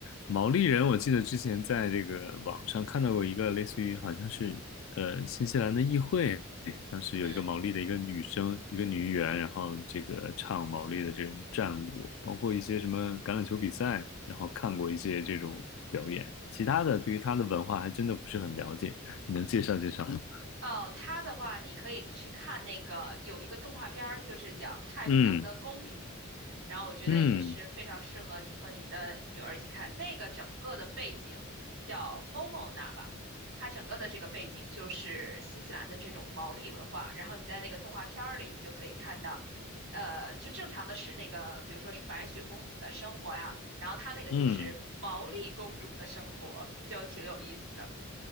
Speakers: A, on the left (about 65°); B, on the right (about 65°).
A: 毛利人，我记得之前在这个网上看到过一个类似于好像是呃新西兰的议会，当时有一个毛利的一个女生，
B: 嗯。
A: 一个女议员，然后这个唱毛利的这种战舞，包括一些什么橄榄球比赛，然后看过一些这种表演。其他的对于他的文化还真的不是很了解，你能介绍介绍吗？
B: 哦，它的话，你可以去看那个有一个动画片儿，就是讲太平洋的公主，
A: 嗯
B: 然后我觉得也是非常适合你和你的女儿一起看。
A: 嗯。
B: 那个整个的背景叫 Momona 吧，它整个的这个背景就是新西兰的这种毛利文化。然后你在那个动画片儿里，你就可以看到，呃，就正常的是那个，比如说是白雪公主的生活呀，然后她那个就是毛利公主的生活，
A: 嗯，
B: 就挺有意思的。